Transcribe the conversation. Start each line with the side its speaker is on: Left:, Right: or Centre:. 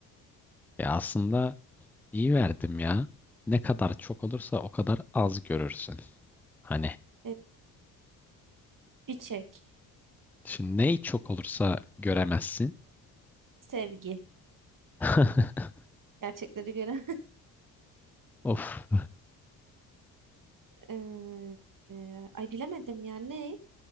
Centre: Ya aslında iyi verdim ya. Ne kadar çok olursa o kadar az görürsün. Hani
Right: Evet, çiçek,
Centre: şimdi neyi çok olursa göremezsin.
Right: sevgi.
Centre: <laughs>
Right: Gerçekleri gören. <laughs>
Centre: Of.
Right: Ee, e, ay bilemedim ya ne?